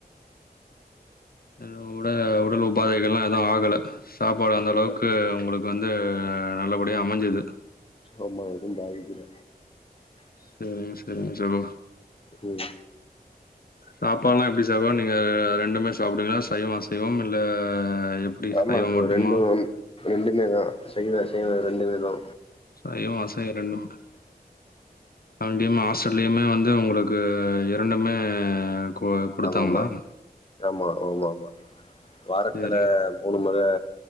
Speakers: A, on the left; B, on the left.
A: எது உட உடல் உபாதைகள்ல்லா எதும் ஆகல சாப்பாடு அந்த
B: ம்.
A: அளவுக்கு உங்களுக் வந்து நல்லபடியா அமைஞ்சிது
B: ஆமா எதும் பாதிக்கல
A: செரிங்க செரிங்க சகோ
B: ம்.
A: சாப்பாட்லா எப்டி சகோ நீங்க அ ரெண்டுமே சாப்டுவிங்ளா சைவம் அசைவம் இல்ல எப்டி
B: ஆமா
A: சைவம்
B: சகோ
A: மட்டுமா
B: ரெண்டு ரெண்டுமே தா சைவோ அசைவோ ரெண்டுமே தா
A: சைவோ அசைவோ ரெண்டு முற <unintelligible> லயுமே வந்து உங்களுக்கு இரண்டுமே கொ கொடுத்தாங்களா
B: ஆமாமா. ஆமா ஆமாமா வாரத்துல
A: சரிங்க.
B: மூணு முற